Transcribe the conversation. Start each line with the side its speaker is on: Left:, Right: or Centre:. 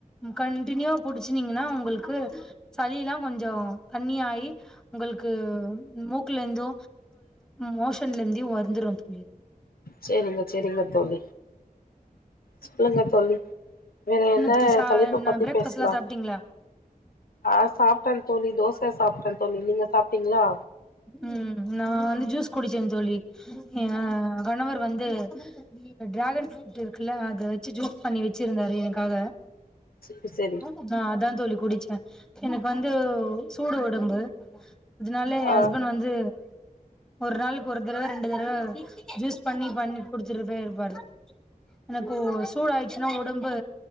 Centre: கண்டினியூவா புடிச்சுனீங்கனா உங்குளுக்கு சளிலா கொஞ்சோ தண்ணியாயி உங்களுக்கு மூக்குல இருந்து மோஷன்ல இருந்தே வந்துடோ தோழி
Left: சேரிங்க சேரிங்க தோழி சொல்லுங்க தோழி வேற என்ன
Centre: தோழி சா
Left: தலைப்பு பத்தி
Centre: பிரேக்ஃபாஸ்ட்லா
Left: பேசுலா
Centre: சாப்ட்டீங்களா
Left: ஆ சாப்டேன் தோழி தோச சாப்டே நீங்க சாப்டீங்களா
Centre: உம் நா வந்து ஜுஸ் குடிச்சே தோழி எனா கணவர் வந்து டிராகன் ஃப்ரூட் இருக்குல அத வெச்சு ஜுஸ் பண்ணி வெச்சிருந்தாரு எனக்காக
Left: சேரி சேரி
Centre: அத்தா தா தோழி குடிச்சே எனக்கு வந்து சூடு ஒத் உடம்பு அதனால எயா
Left: ஆ
Centre: ஹஸ் வந்து ஒரு நாளுக்கு ஒரு தரவ ரெண்டு தரவ ஜூஸ் பண்ணி பண்ணி குடுத்துட்டுப்டே இருப்பாரு எனக்கு சூடு ஆயிடுச்சுனா உடம்பு